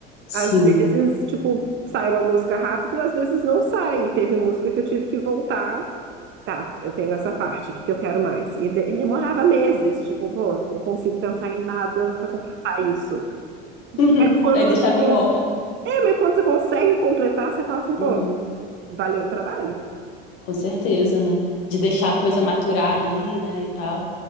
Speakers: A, on the left; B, on the right.
A: Sim.
B: Às vezes, tipo, sai uma música rápido, às vezes não sai. E teve música que eu tive que voltar. Tá, eu tenho essa parte, o que que eu quero mais? E, de- e demorava meses, tipo, pô, não consigo pensar em nada pra completar isso.
A: Uhum.
B: Mas quando
A: Aí deixava
B: você consegue.
A: em off.
B: É, mas quando você consegue completar, você fala assim, pô,
A: Uhum.
B: valeu o trabalho.
A: Com certeza, né? De deixar a coisa maturar ali, né? E tal.